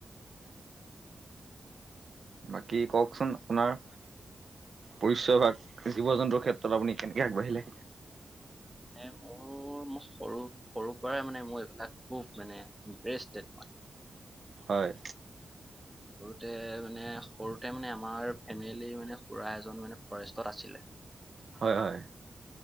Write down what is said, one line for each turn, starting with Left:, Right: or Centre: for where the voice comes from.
Right: বাকী কওকচোন আপোনাৰ পৰিচয় ভাগ, জীৱ জন্তুৰ ক্ষেত্ৰত আপুনি কেনেকে আগবাঢ়িলে?
Centre: মানে মোৰ ম সৰু সৰুৰ পৰাই মানে মোৰ এইবিলাক খুব মানে ইটাৰেষ্টেড মই।
Right: হয়।
Centre: সৰুতে মানে সৰুতে মানে আমাৰ ফেমিলি মানে খুৰা এজন মানে ফৰেষ্টত আছিলে।
Right: হয় হয়।